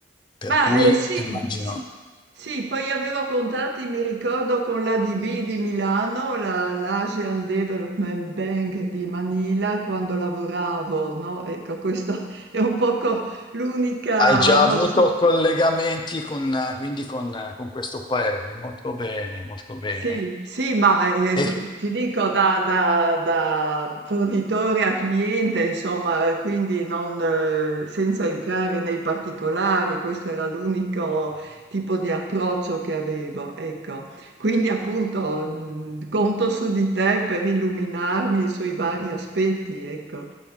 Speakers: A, on the left; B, on the right.
A: per
B: Ma
A: cui
B: eh, sì,
A: immagino...
B: sì, sì, poi avevo contatti, mi ricordo, con l'ADB di Milano, la- l'Asian Development Bank di Manila, quando lavoravo, no? Ecco, questo <laughs> è un poco l'unica
A: Hai già
B: nozione.
A: avuto collegamenti con, eh, quindi con, eh, con questo paese, molto bene, molto bene.
B: Sì, sì, ma eh,
A: E
B: co- eh, ti dico da, da- da fornitore a cliente, insomma, eh, quindi non, eh, senza entrare nei particolari, questo era l'unico tipo di approccio che avevo, ecco. Quindi appunto mh, conto su di te per illuminarmi sui vari aspetti, ecco.